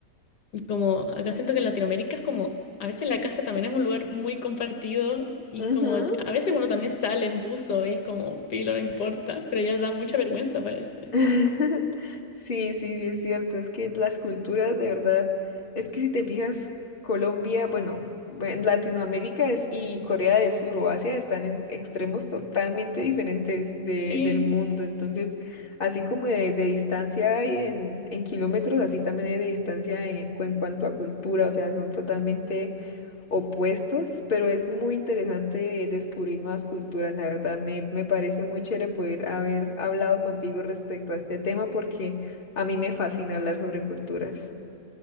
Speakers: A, on the left; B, on the left.
A: Y Como acá siento que en Latinoamérica es como, a veces la casa también es un lugar muy compartido y
B: Ujú.
A: es como, a veces uno también sale en buzo y es como, filo, no importa, pero ya da mucha vergüenza, parece.
B: <laughs> Sí, sí, es cierto, es que las culturas de verdad, es que si te fijas, Colombia, bueno, en Latinoamérica es- y Corea del Sur o Asia están en extremos totalmente diferentes de-
A: Sí,
B: del mundo, entonces, así como de, de distancia hay en, en kilómetros, así también hay de distancia en, en cuanto a cultura, o sea, son totalmente opuestos, pero es muy interesante descubrir nuevas culturas. La verdad, me, me parece muy chévere poder haber hablado contigo respecto a este tema porque a mí me fascina hablar sobre culturas.